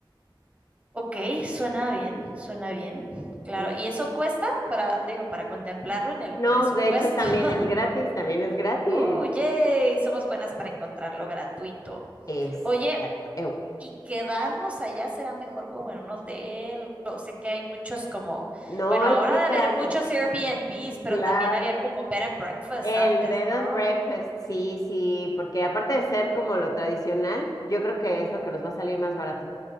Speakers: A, on the right (about 15°); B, on the left (about 45°).
A: Ok, suena bien, suena bien. Claro,
B: En-
A: ¿y eso cuesta para, digo, para contemplarlo en el
B: No,
A: presupuesto?
B: de hecho también
A: <laughs>
B: es gratis, también es gratis.
A: ¡Uh, yay! Somos buenas para encontrarlo gratuito.
B: Exacto.
A: Oye,
B: Eu,
A: y quedarnos allá será mejor como en un hotel. O sé que hay muchos como,
B: No
A: bueno,
B: hay
A: ahora
B: que
A: de
B: quedarnos,
A: haber muchos Airbnbs, pero
B: claro.
A: también había como bed and breakfast
B: El
A: antes,
B: bed
A: ¿no?
B: and breakfast, sí, sí, porque aparte de ser como lo tradicional, yo creo que es lo que nos va a salir más barato.